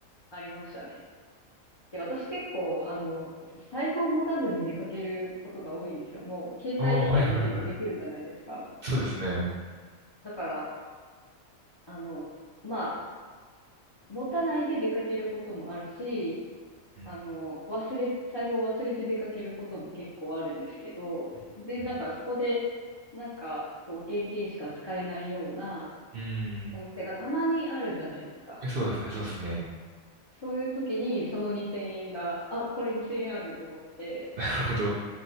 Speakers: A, on the left; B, on the right.
A: ありましたね。で、私結構、あの、財布を持たずに出かけることが多いんですよ。もう、携帯とかで全部できるじゃないですか。
B: ああー、はいはいはい。そうですね。う
A: だから、あの、まあ、持たないで出かけることもあるし、
B: ん
A: あの、忘れ、財布を忘れて出かけることも結構あるんですけど、
B: うんうん
A: で、なんかそこで、なんか、こう、現金しか使えないような
B: うんうーん
A: お店がたまにあるじゃないですか。
B: え、そうですね、そうですね。
A: そういう時に、その2000円が、あ、これ2000円あると思って、
B: なるほど。